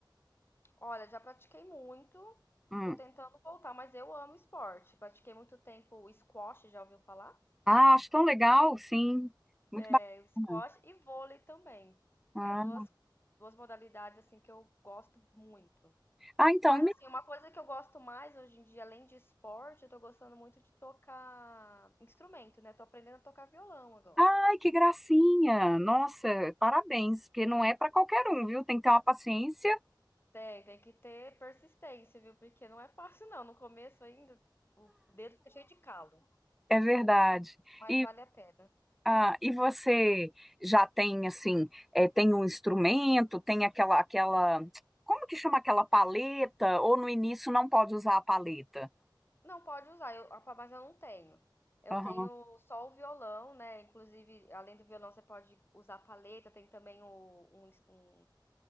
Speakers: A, on the left (about 30°); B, in the centre.
A: Olha, já pratiquei muito,
B: Hum.
A: tô tentando voltar, mas eu amo esporte. Pratiquei muito tempo o squash, já ouviu falar?
B: Ah, acho tão legal, sim. Muito
A: É,
B: bacana.
A: o squash e vôlei também.
B: Ah,
A: É duas, duas modalidades assim que eu gosto muito.
B: ah, então,
A: Mas
B: me...
A: assim, uma coisa que eu gosto mais hoje em dia, além de esporte, eu tô gostando muito de tocar instrumento, né? Tô aprendendo a tocar violão agora.
B: ai, que gracinha. Nossa, parabéns, porque não é para qualquer um, viu? Tem que ter uma paciência.
A: Tem, tem que ter persistência, viu? Porque não é fácil, não. No começo ainda, o dedo fica cheio de calo,
B: É verdade.
A: mas
B: E
A: vale a pena.
B: Ah, e você já tem assim, eh, tem um instrumento, tem aquela, aquela, como que chama aquela paleta? Ou no início não pode usar a paleta?
A: Não pode usar, eu, a- mas eu não tenho. Eu
B: Aham,
A: tenho só o violão, né? Inclusive, além do violão, você pode usar a palheta. Tem também o- um, um,